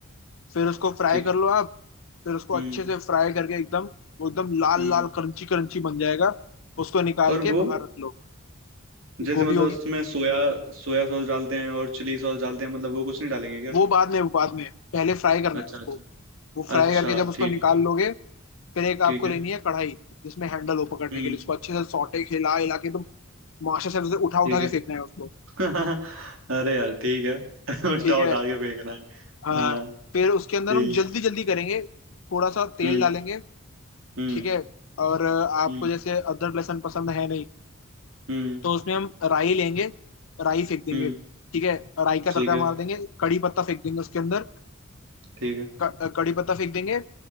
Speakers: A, on the left; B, on the right.
A: फिर उसको फ्राई
B: ठीक
A: कर
B: है
A: लो आप फिर उसको
B: हम्म
A: अच्छे से फ्राई करके एकदम वो एकदम लाल
B: हम्म
A: लाल क्रंची क्रंची बन जाएगा उसको निकाल
B: और
A: के
B: वो
A: बाहर रख लो
B: जैसे
A: गोभी
B: मतलब
A: होगी
B: उसमें सोया सोया सॉस डालते हैं और चिली सॉस डालते हैं मतलब वो कुछ नहीं डालेंगे क्या
A: वो बाद में वो बाद में पहले फ्राई करना
B: अच्छा
A: है उसको
B: अच्छा
A: वो फ्राई
B: अच्छा
A: करके जब उसको
B: ठीक
A: निकाल लोगे फिर एक आपको
B: ठीक है
A: लेनी है कढ़ाई जिसमें हैंडल हो पकड़ने
B: हम्म
A: के लिए उसको अच्छे से सौटे हिला हिला के एकदम मास्टर से
B: ठीक
A: उठा उठा के फेंकना है उसको
B: है <laughs> अरे यार ठीक है <laughs> उल्टा
A: ठीक है
B: उठा के फेंकना है
A: हाँ
B: हाँ
A: फिर उसके अंदर
B: ठीक
A: हम जल्दी
B: है
A: जल्दी करेंगे थोड़ा सा तेल
B: हम्म
A: डालेंगे
B: हम्म
A: ठीक है और अ, आपको
B: हम्म
A: जैसे अदरक लहसुन पसंद है नहीं
B: हम्म
A: तो उसमें हम राई लेंगे राई फेंक देंगे
B: हम्म
A: ठीक है राई का
B: ठीक
A: तड़का
B: है
A: मार देंगे कड़ी पत्ता फेंक देंगे उसके अंदर
B: ठीक है
A: क- कड़ी पत्ता फेंक देंगे